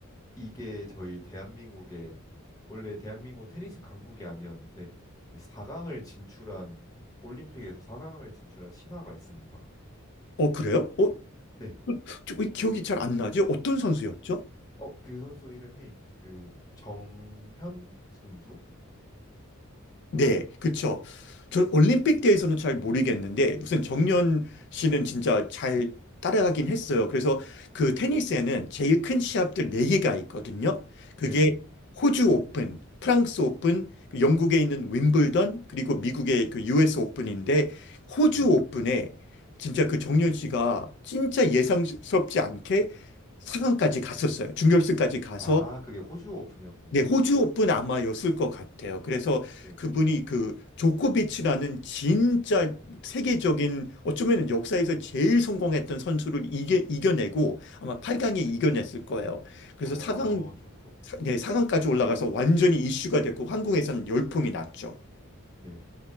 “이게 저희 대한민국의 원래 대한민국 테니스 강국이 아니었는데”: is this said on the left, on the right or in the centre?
Left